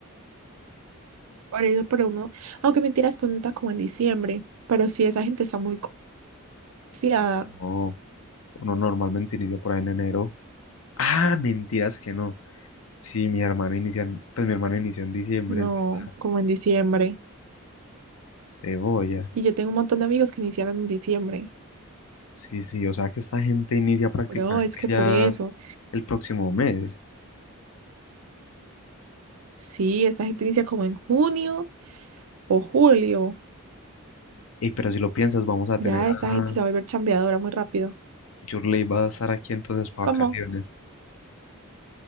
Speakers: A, on the right (about 80°); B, on the left (about 70°).
A: Por eso, pero uno, aunque mentiras, cuenta como en diciembre. Pero sí, esa gente está muy confiada.
B: No, uno normalmente inicia por ahí en enero. Ah, mentiras que no. Sí, mi hermano inicia, en- pues mi hermano inició en diciembre,
A: No,
B: es verdad.
A: como en diciembre.
B: Cebolla.
A: Y yo tengo un montón de amigos que iniciaron en diciembre.
B: Sí, sí, o sea que esta gente inicia prácticamente
A: Bro, es que
B: ya
A: por eso.
B: el próximo mes.
A: Sí, esta gente inicia como en junio o julio.
B: Y pero si lo piensas, vamos a tener
A: Ya
B: a...
A: esta gente se va a volver chambeadora muy rápido.
B: Yurley va a estar aquí entonces para
A: ¿Cómo?
B: vacaciones.